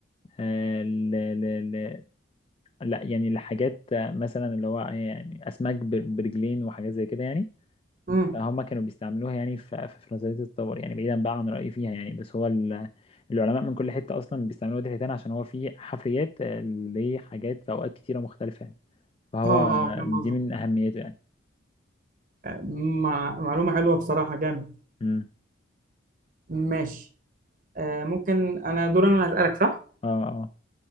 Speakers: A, on the left; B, on the right.
A: آه، ل ل ل لا يعني لحاجات آه، مثلا اللي هو يعني اسماك بر- برجلين وحاجات زي كده يعني
B: امم
A: فهم كانوا بيستعملوها يعني في في فرنساوية الطور يعني بعيدا بقى عن رأيي فيها يعني بس هو ال- العلماء من كل حتة أصلا بيستعملوا واد الحيتان عشان هو فيه حفريات آه، لحاجات في أوقات كتيرة مختلفة يعني فهو
B: اه
A: آه،
B: اه فاهم
A: دي
B: قصدك
A: من أهميته يعني
B: آه، مع... معلومه حلوه بصراحه جامد
A: مم.
B: ماشي آه ممكن انا دور انا اللي هسالك صح
A: اه اه